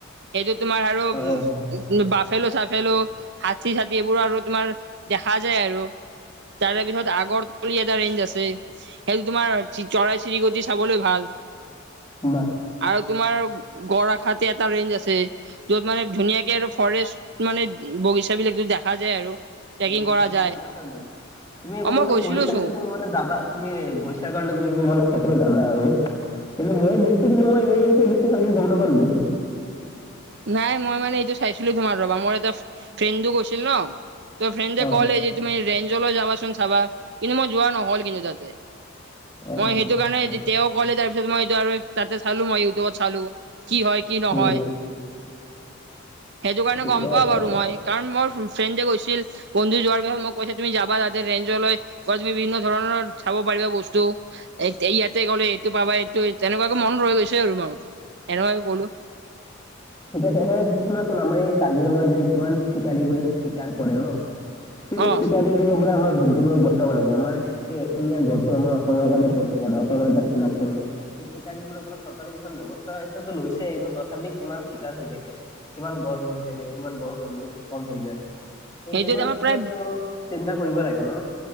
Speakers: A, on the right; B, on the left.
A: সেইটো তোমাৰ আৰু
B: অ'।
A: বাফেলো চাফেলো, হাতি চাতি এইবোৰ আৰু তোমাৰ দেখা যায় আৰু। তাৰে পিছত আগৰতল এটা ৰেঞ্জ আছে সেইটো তোমাৰ চৰাই চিৰিকটি চাবলৈ ভাল।
B: বাহ
A: আৰু তোমাৰ গৰাখাটি এটা ৰেঞ্জ আছে য'ত মানে ধুনীয়াকে আৰু ফৰেষ্ট মানে বাগিচাবিলাকো দেখা যায় আৰু। ট্ৰেকিং
B: উম,
A: কৰা
B: তুমি
A: যায়
B: জানা তাৰমানে, তুমি এইবোৰ
A: অ মই
B: মানে
A: গৈছিলো
B: পঢ়িচা
A: চোন
B: নেকি তুমি মানে যাবা, তুমি গৈছা কাৰণে। ত' এইবোৰ মানে সকলো জানা আৰু। কিন্তু মই গৈছোঁ কিন্তু মই এনে এনেকে বেছি ভালকে গম নাপালোঁ দেখোন।
A: নাই মই মানে এইটো চাইছিলোঁ তোমাৰ ৰবা মই এটা ফ্ৰেণ্ডো গৈছিল ন', ত' ফ্ৰেণ্ডে
B: অ
A: কলে যে তুমি ৰেঞ্জ জলৈ যাবাচোন চাবা কিন্তু মই যোৱা নহ'ল কিন্তু তাতে।
B: অ
A: মই সেইটো কাৰণে
B: অ
A: তেওঁ ক'লে তাৰ পিছত মই এইটো আৰু তাতে চালোঁ মই ইউটিউবত চালোঁ। কি হয় কি নহয়।
B: উম,
A: সেইটো কাৰণে
B: ঠিকে
A: গম পোৱা
B: আছে
A: বাৰু মই। কাৰণ মোৰ ফ্ৰেণ্ড যে গৈছিল, বন্ধু যোৱাৰ পিচত মই কৈছে তুমি যাবা তাতে ৰেঞ্জলৈ তুমি বিভিন্ন ধৰণৰ ধৰণৰ চাব পাৰিবা বস্তু, এ, ইয়াতে গ'লে এইটো পাবা এইটো তেনেকুৱাকে মন ৰৈ গৈছে আৰু মানুহৰ এনেকুৱাকে গলোঁ।
B: ঠিক আছে। এনে শুনাচোন আমাৰ এই কাজিৰঙা যে কিমান চিকাৰীবোৰে যে চিকাৰ কৰে ন'। সেই
A: অ
B: চিকাৰি দিনৰ পৰা আমাৰ যোনটো মই বচাব লাগে আমাৰ এই এশিঙীয়া ঘৰটো আমাৰ অসমৰ কাৰণে প্ৰিক এটা অসমৰ এটা চিনাক্তনৰ। চিকাৰীবোৰৰ কাৰণে চৰকাৰে কিছু ব্যৱস্থা এতিয়াতো লৈছে কিন্তু তথাপি কিমান চিকাৰ হৈ থাকে। কিমান গড় মৰি থাকে, কিমান গড় কমি কম হৈ যায়। ত'
A: সেইটোৱে
B: সেইবোৰৰ
A: আমাৰ
B: বিষয়ে
A: প্ৰায়
B: চিন্তা কৰিব লাগে ন'?